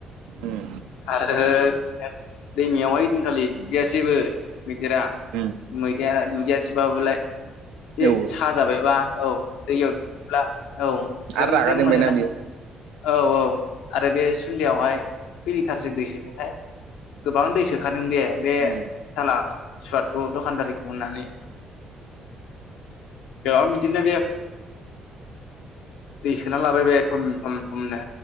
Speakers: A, on the right; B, on the left.
A: उम
B: आरो <unintelligible> दैमायावहाय ओइदिन खालि दिगैयासैबो मैदेरा
A: उम-
B: मैदेर नुगैयाासै बाबलाय <unintelligible> बे
A: औ
B: साजाबायबा औ- दैयावब्ला औ- ज्रेम
A: आरो रागा
B: ज्रेम
A: जोंबायना
B: मोनोना
A: बियो
B: औ- औ- आरो बे सुन्दियावहाय खै लिटारसो दै सोदोहाय गोबां दै सोखादों दे बे
A: उम औ
B: साला सुवादखौ दखानदारिखौ अननानै बेयाव बिदिनो बे दै सोना लाबाय बे- उम- थुम थुमनो